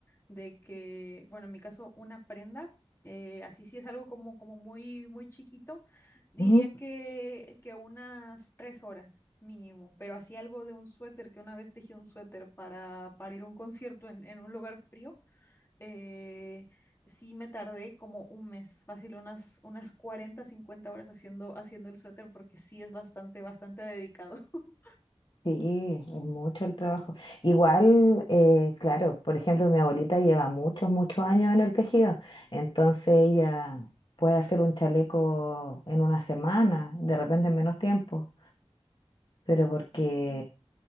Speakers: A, on the left (about 25°); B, on the left (about 55°).
A: de que, bueno, en mi caso, una prenda. eh, así sí es algo como, como muy, muy chiquito Diría
B: Ujú.
A: que, que unas tres horas mínimo, pero así algo de un suéter, que una vez tejí un suéter para, para ir a un concierto en, en un lugar frío, eh, sí me tardé como un mes, fácil unas, unas 40 50 horas haciendo, haciendo el suéter porque sí es bastante, bastante dedicado. <laughs>
B: Sí, es mucho el trabajo. Igual, eh, claro, por ejemplo, mi abuelita lleva muchos, muchos años en el tejido, entonces ella puede hacer un chaleco en una semana, de repente en menos tiempo, pero porque
A: Sí,